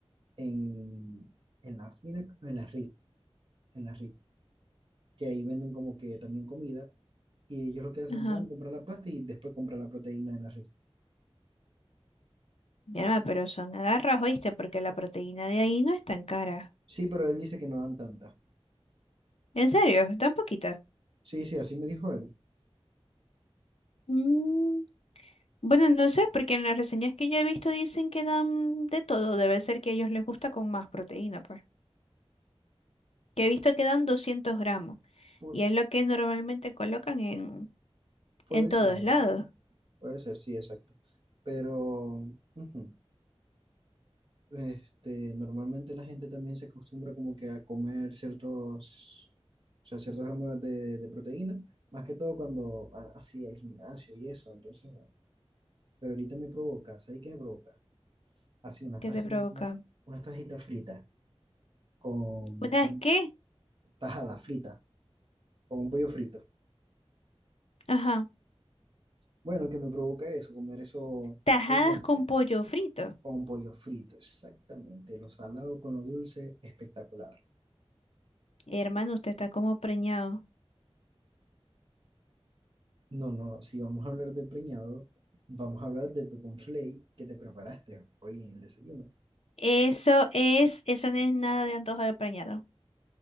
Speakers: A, on the right; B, on the left.
A: en, en la fina, en las Ritz, en las Ritz, que ahí venden como que también comida y ellos lo que hacen
B: Ajá,
A: van a comprar la pasta y después comprar la proteína en las Ritz.
B: mi alma, pero son agarras, oíste, porque la proteína de ahí no es tan cara.
A: Sí, pero él dice que no dan tanta.
B: ¿En serio? ¿Tan poquita?
A: Sí, sí, así me dijo él.
B: Mm, Bueno, no sé, porque en las reseñas que yo he visto dicen que dan de todo. Debe ser que a ellos les gusta con más proteína, pues. Que he visto que dan 200 gramos.
A: Pu-
B: Y es lo que normalmente colocan en,
A: puede
B: en todos
A: ser,
B: lados.
A: puede ser, sí, exacto. Pero ujú. Este, normalmente la gente también se acostumbra como que a comer ciertos, o sea, ciertos gramos de, de proteína, más que todo cuando va así al gimnasio y eso, entonces bueno. Pero ahorita me provoca, ¿sabes qué me provoca? Así unas
B: ¿Qué
A: tajitas,
B: te provoca?
A: unas tajitas fritas, con,
B: ¿Unas
A: con
B: qué?
A: tajada frita, con un pollo frito.
B: Ajá.
A: Bueno, que me provoca eso, comer eso
B: Tajadas
A: almuerzo,
B: con pollo frito.
A: con pollo frito, exactamente, lo salado con lo dulce, espectacular.
B: Hermano, usted está como preñado.
A: No, no, si vamos a hablar de preñado, vamos a hablar de tu conflay que te preparaste hoy en el desayuno.
B: Eso es, eso no es nada de antojo de preñado.